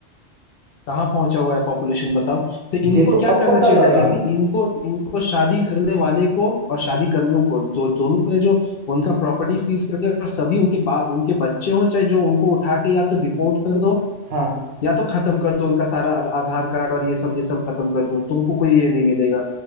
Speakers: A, on the left; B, on the right.
A: कहाँ पहुंचा हुआ है पॉपुलेशन बताओ तो इनको
B: ये तो
A: क्या
B: अब
A: करना
B: पता
A: चाहिए
B: लगा
A: डायरेक्टली इनको इनको शादी करने वाले को और शादी करने को जो दोनों का जो उनका प्रॉपर्टी सीज करके और सभी उनके बा उनके बच्चे हों चाहे जो उनको उठा के या तो डिपोर्ट कर दो
B: हाँ
A: या तो खत्म कर दो उनका सारा आधार कार्ड और ये सब ये सब खत्म कर दो तुमको कोई ये नहीं मिलेगा